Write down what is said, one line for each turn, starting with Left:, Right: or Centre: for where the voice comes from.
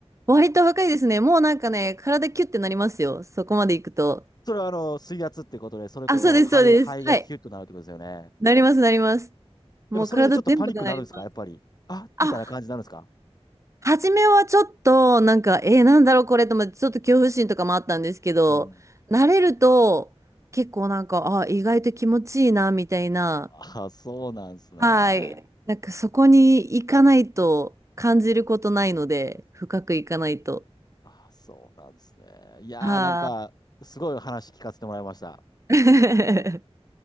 Right: 割と若いですね。もうなんかね、体キュッてなりますよ。そこまで行くと。
Left: それはあの、水圧ってことで、それこそ肺、
Right: あ、そうです、そうです。
Left: 肺がキュッとなるってことですよね。
Right: はい。なります、なります。もう体全部がなります。
Left: やっぱそれでちょっとパニックになるんですかやっぱり。あ、みたいな感じになるんですか
Right: あ、初めはちょっと、なんか、えー、なんだろうこれと思って、ちょっと恐怖心とかもあったんですけど、
Left: うん。
Right: 慣れると、結構なんか、あ、意外と気持ちいいな、みたいな。
Left: ああ、そうなんですね。
Right: はい。なんかそこに行かないと感じることないので、深く行かないと。
Left: ああ、そうなんですね。いやー、
Right: はあ。
Left: なんか、すごい話聞かせてもらいました。
Right: <laughs>